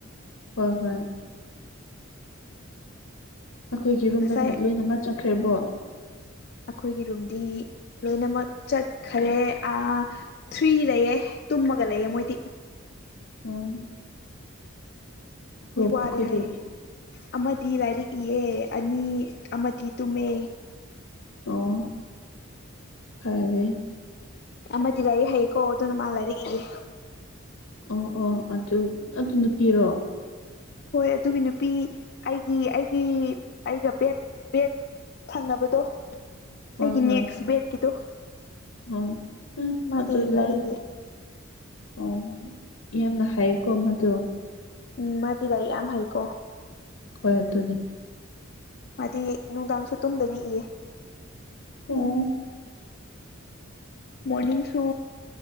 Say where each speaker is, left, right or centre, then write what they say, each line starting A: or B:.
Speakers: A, on the left (about 80°); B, on the left (about 50°).
A: ꯍꯣꯏ ꯍꯣꯏ ꯑꯈꯣꯏꯒꯤ ꯔꯨꯝꯗ
B: ꯉꯁꯥꯏ
A: ꯂꯣꯏꯅꯃꯛ ꯆꯠꯈ꯭ꯔꯦꯕꯣ꯫
B: ꯑꯩꯈꯣꯏꯒꯤ ꯔꯨꯝꯗꯤ ꯂꯣꯏꯅꯃꯛ ꯆꯠꯈꯔꯦ ꯑꯥ ꯊ꯭ꯔꯤ ꯂꯩꯑꯦ ꯇꯨꯝꯃꯒ ꯂꯩꯑꯦ ꯃꯣꯏꯗꯤ꯫
A: ꯎꯝ
B: ꯃꯤ
A: ꯃꯈꯣꯏꯗꯤ
B: ꯋꯥꯔꯦ ꯍꯥꯏꯌꯦ ꯑꯃꯗꯤ ꯂꯥꯏꯔꯤꯛ ꯏꯌꯦ ꯑꯅꯤ ꯑꯃꯗꯤ ꯇꯨꯝꯃꯦ꯫
A: ꯑꯣ ꯐꯥꯔꯦ꯫
B: ꯑꯃꯗꯤ ꯂꯥꯏꯔꯤꯛ ꯍꯩꯌꯦꯀꯣ ꯑꯗꯨꯅ ꯃꯥ ꯂꯥꯏꯔꯤꯛ ꯏꯌꯦ꯫
A: ꯑꯣ ꯑꯣ ꯑꯗꯨ ꯑꯗꯨ ꯅꯨꯄꯤꯔꯣ?
B: ꯍꯣꯏ ꯑꯗꯨꯒꯤ ꯅꯨꯄꯤ ꯑꯩꯒꯤ ꯑꯩꯒꯤ ꯑꯩꯒ ꯕꯦꯠ ꯕꯦꯠ ꯊꯪꯅꯕꯗꯣ
A: ꯍꯣꯏ
B: ꯑꯩꯒꯤ
A: ꯍꯣꯏ
B: ꯅꯦꯛꯁ ꯕꯦꯠꯀꯤꯗꯣ꯫
A: ꯑꯣ
B: ꯃꯥꯗꯤ
A: ꯃꯗꯨ
B: ꯂꯥꯏꯔꯤꯛ
A: ꯂꯩ꯫
B: ꯏꯌꯦ
A: ꯑꯣ ꯌꯥꯝꯅ ꯍꯩꯀꯣ ꯃꯗꯨ꯫
B: ꯎꯝ ꯃꯥꯗꯤ ꯂꯥꯏꯔꯤꯛ ꯌꯥꯝ ꯍꯩꯀꯣ꯫
A: ꯍꯣꯏ ꯑꯗꯨꯅꯦ꯫
B: ꯃꯥꯗꯤ ꯅꯨꯡꯗꯥꯡꯁꯨ ꯇꯨꯝꯗꯕꯤ ꯏꯌꯦ꯫
A: ꯑꯣ꯫
B: ꯃꯣꯔꯅꯤꯡꯁꯨ,